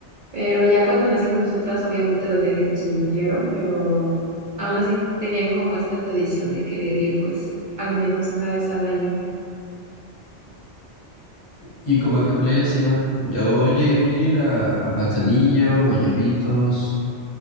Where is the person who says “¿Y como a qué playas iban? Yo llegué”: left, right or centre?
Left